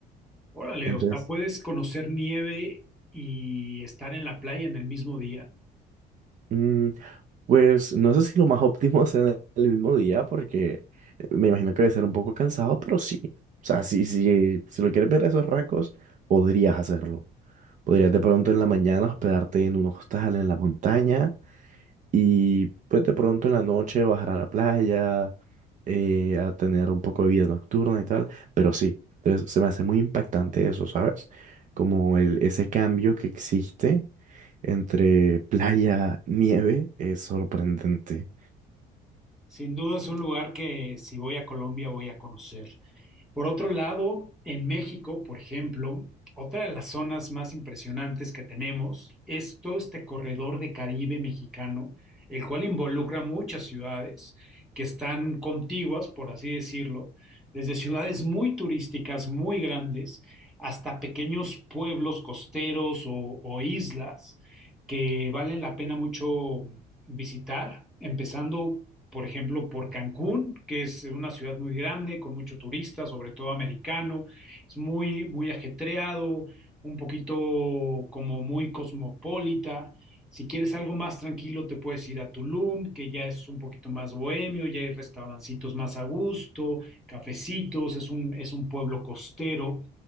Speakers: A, in the centre; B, on the right.
A: Órale,
B: Entonces,
A: o sea, puedes conocer nieve y estar en la playa en el mismo día.
B: mm, pues no sé si lo más óptimo sea en el el mismo día, porque me imagino que debe ser un poco cansado, pero sí. O sea, si, si, si lo quieres ver a esos rasgos, podrías hacerlo. Podrías de pronto en la mañana hospedarte en un hostal en la montaña Y pues de pronto en la noche bajar a la playa, eh, a tener un poco de vida nocturna y tal, pero sí, entonces se me hace muy impactante eso, ¿sabes? Como el, ese cambio que existe entre playa, nieve, es sorprendente.
A: Sin duda es un lugar que si voy a Colombia voy a conocer. Por otro lado, en México, por ejemplo, otra de las zonas más impresionantes que tenemos es todo este corredor de Caribe mexicano, el cual involucra muchas ciudades que están contiguas, por así decirlo, desde ciudades muy turísticas, muy grandes, hasta pequeños pueblos costeros o, o islas que valen la pena mucho visitar, empezando, por ejemplo, por Cancún, que es una ciudad muy grande, con mucho turista, sobre todo americano, es muy, muy ajetreado, un poquito como muy cosmopolita. Si quieres algo más tranquilo, te puedes ir a Tulum, que ya es un poquito más bohemio, ya hay restaurancitos más a gusto, cafecitos, es un, es un pueblo costero